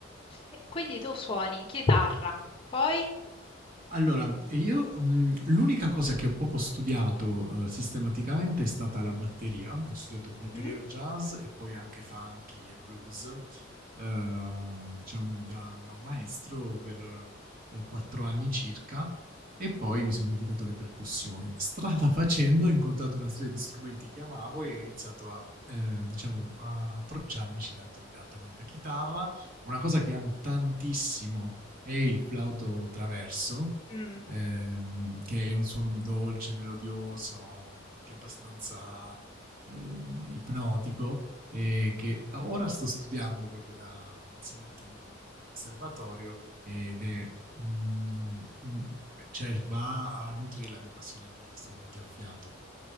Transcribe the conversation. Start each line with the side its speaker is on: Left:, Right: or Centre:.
Left: E quindi tu suoni chitarra, poi
Right: Allora, io mh, l'unica cosa che ho proprio studiato eh, sistematicamente è stata la batteria. Ho studiato batteria
Left: Mhm.
Right: jazz e poi anche funky e blues, eh, diciamo da, da un maestro per eh, quattro anni circa e poi mi sono dedicato alle percussioni. Strada <laughs> facendo ho incontrato una serie di strumenti che amavo e ho iniziato a, eh, diciamo, a approcciarmici da autodidatta, quindi la chitarra, una cosa che amo tantissimo è il flauto traverso,
Left: Mm.
Right: ehm, che è un suono dolce, melodioso, anche abbastanza eh, ipnotico, e che ora sto studiando proprio da un insegnante di, di conservatorio ed è un- un- cioè va a nutrire la mia passione per gli strumenti a fiato.